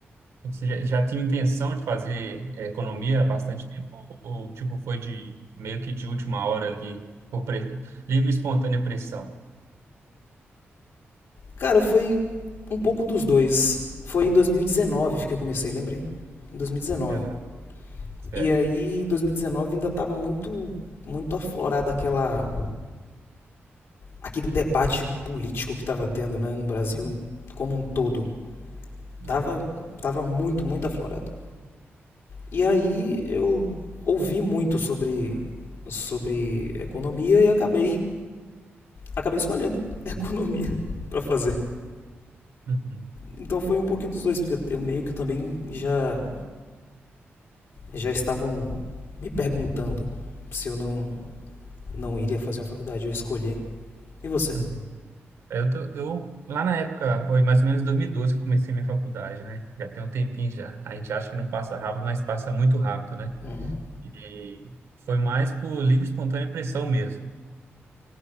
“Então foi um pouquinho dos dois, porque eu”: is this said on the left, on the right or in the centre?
Left